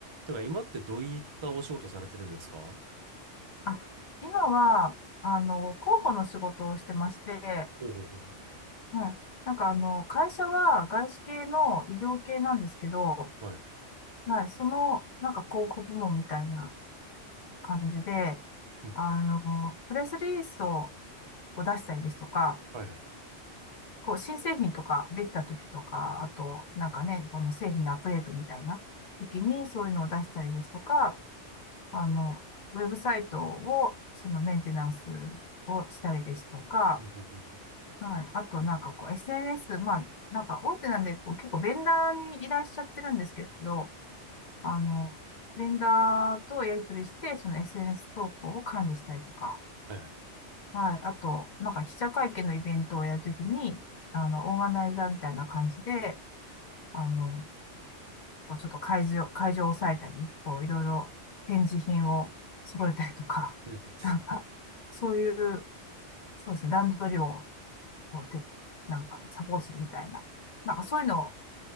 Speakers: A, on the right (about 45°); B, on the left (about 55°).
A: だから今ってどういったお仕事されてるんですか
B: あ、今は、あの、広報の仕事をしてまして、
A: おお
B: はい。なんかあの、会社は外資系の医療系なんですけど、
A: はい。
B: はい。その、なんか広告部門みたいな感じで、
A: うんうん
B: あの、プレスリリースを、を出したりですとか、
A: はいはい。
B: こう、新製品とかできた時とか、あと、なんかね、この製品のアップデートみたいな時にそういうのを出したりですとか、あの、ウェブサイトを、そのメンテナンスをしたりですとか、
A: うんうんうん
B: はい。あと、なんかこう、SNS、まあ、なんか大手なんで、こう、結構ベンダーに依頼しちゃってるんですけど、あの、ベンダーとやり取りして、その SNS 投稿を管理したりとか、
A: はいはい。
B: はい。あと、なんか記者会見のイベントをやるときに、あの、オーガナイザーみたいな感じで、あの、こうちょっと会場、会場を抑えたり、こう、いろいろ展示品を揃えたりとか、
A: うん
B: なんか、そういう、そうですね、段取りをこうて、なんかサポートするみたいな。なんかそういうのを